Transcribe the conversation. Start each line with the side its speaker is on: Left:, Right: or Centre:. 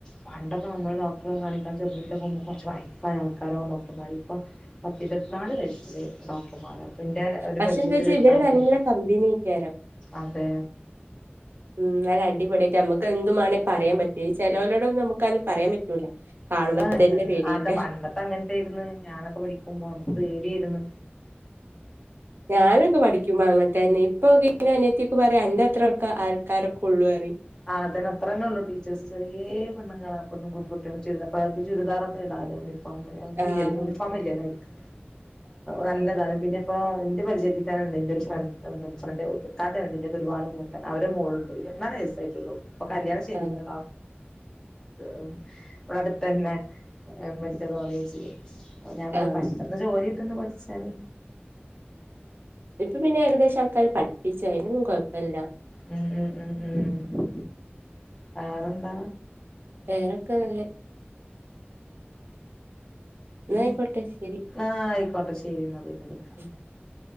Left: പണ്ടൊക്കെ നമ്മള് ഡോക്ടറെ കാണിക്കാൻ ചെല്ലുമ്പോ <unintelligible> കൊറച്ച്റപ്പായ ആൾക്കാരാവും ഡോക്ടർമാര് ഇപ്പോ പത്തിരുപത്തിനാല് വയസില് ഡോക് കുമാര പിന്റെ ഒരു
Right: പക്ഷെ
Left: പരിചയത്തിലെ
Right: എന്താ വെച്ചാ ഇവര്
Left: ത്താത്താന്നെ
Right: നല്ല കമ്പനിയേക്കാരം
Left: അതെ
Right: ഉം നല്ല അടിപൊളിയായിററമ്മക്ക് എന്തുമ്മാണെ പറയാംപറ്റും ചെലോലോടൊന്നുമ്മാ നമുക് പറയാൻ പറ്റൂല. കാണുമ്പോ
Left: അതാനടത്ത്ണ
Right: തന്നെ പേടിയേക്കാ
Left: ആടെ പണ്ടത്തെ അപ്പങ്ങനത്തായിര്ന്ന് ഞാനൊക്കെ പഠിക്കുമ്പോ നമ്മക്ക് പേടിയായിര്ന്ന്
Right: ഞാനൊക്കെ പഠിക്കുമ്പോ അങ്ങ എനിപ്പൊ നിന്റെ അനിയത്തിഒക്കെ പറയാ അന്റെ അത്രൊക്കെ ആൾക്കാരൊക്കുള്ളുഅറിയും.
Left: ആഹ് അതന്നെ അത്രന്നെ ഉള്ളു ടീച്ചേഴ്സ് ചെറീയേ പെണ്ണ്ങ്ങളാ ഇപ്പത്തെ പെൺകുട്ടികള് ചുരു അപ്പ അത് ചുരിദാറൊക്കെ ഇടാലോ ത്
Right: ആഹ്
Left: ല്ലലോ യൂണിഫോമിലെലോ അയ്ക്ക് നല്ലതാണ് പിന്നെപ്പോ ഇന്റെ പരിചയത്തിത്തന്നുണ്ട് ന്റെ ഒരു ഫ്ര എ ഫ്രണ്ട് താത്ത ഉണ്ട് രുപാട് മൂ അവരെ മോളുണ്ട് ഇരുപത്തിനാല് വയസ്സായിട്ടേ ഉള്ളു ഇപ്പൊ കല്ല്യാണം ശരിയായിക്ക്
Right: ആഹ്
Left: <unintelligible> വ്ടെ അട്ത്തെന്നെ മെഡിക്കൽ കോളേജില് ഞാൻ പറയാ
Right: ആഹ്
Left: പെട്ടെന്ന് ജോലികിട്ടുണ്ട് പഠിച്ചാല്
Right: ഇപ്പൊ പിന്നെ ഏകദേശം ആൾക്കാര് പഠിപ്പിച്ചും അയിനൊന്നും കൊയപ്പല്ല.
Left: ഉം ഉം ഉം ഉം വേറെന്താ
Right: പേറൊക്കെ നല്ല ന്നായിക്കോട്ടെ ശരി
Left: ആഹ് ആയിക്കോട്ടെ ശെരി ന്നാ പിന്നെ വിളിക്കാം
Right: <unintelligible>